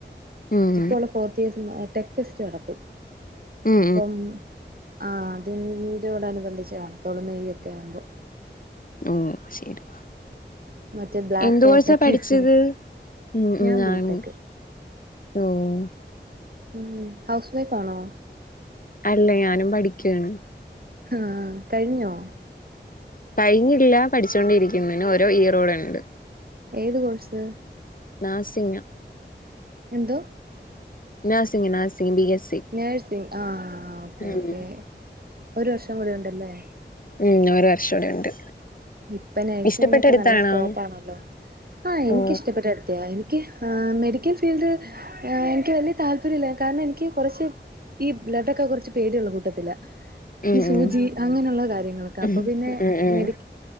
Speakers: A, on the left (about 50°); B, on the right (about 55°).
A: ഉം
B: ഇപ്പോള്ള ഫോർത്ത് ഇയേസ് ടെക് ഫെസ്റ്റ് നടത്തും
A: ഉം
B: അപ്പം ആ അതിൻ്റോട നുബന്ധിച്ച് കാണത്തൊള്ള് മെയ് ഒക്കെ ആവുമ്പോ
A: ഓഹ് ശരി
B: മറ്റേ ബ്ലാക്ക്
A: എന്ത്
B: കോട്ടൊക്കെ
A: കോഴ്സാ പഠിച്ചത്
B: ഇട്ട്
A: ഉം
B: ഞാൻ
A: ഞാണും
B: ബിടെക്
A: ഓഹ്
B: ഉം ഹൗസ് വൈഫാണോ
A: അല്ല ഞാനും പഠിക്കുവാണ്
B: ഹാ കഴിഞ്ഞോ
A: കഴിഞ്ഞില്ല പഠിച്ചോണ്ടിരിക്കുന്ന് ഇനി ഓരോ ഇയറോടെ ഉണ്ട്
B: ഏത് കോഴ്സ്
A: നാഴ്സിംഗാ
B: എന്ത
A: നാഴ്സങ്ങ nursing B S C
B: nursing ആ ഓക്കേ
A: ഉം
B: ഓക്കേ ഒരു വർഷം കൂടെ ഉണ്ടല്ലേ
A: ഉംഒരു വർഷം കൂടെ ഉണ്ട്
B: ഇപ്പൊ നഴ്സിങ്ങിനൊക്കെ
A: ഇഷ്ടപ്പെട്ട എടുത്താണോ
B: നല്ല സ്കോപ്പാണല്ലോ ആഹ എനിക്ക്ഷ്ടപ്പെട്ട
A: ഓ
B: എടുത്തയാ എനിക്ക് ആ മെഡിക്കൽ ഫീൽഡ് എനിക്ക് വലിയ താല്പര്യ ഇല്ല കാരണം എനിക്ക് കുറച്ച് ഈ ബ്ലഡൊക്ക കുറച്ച് പേടിയള്ള കൂട്ടത്തിലാ
A: ഉം
B: സൂചി
A: ഉം
B: അങ്ങനെയുള്ള കാര്യ നിങ്ങൾക്ക്
A: ഉം
B: അപ്പേ പിന്നെ
A: ഉം
B: മേടി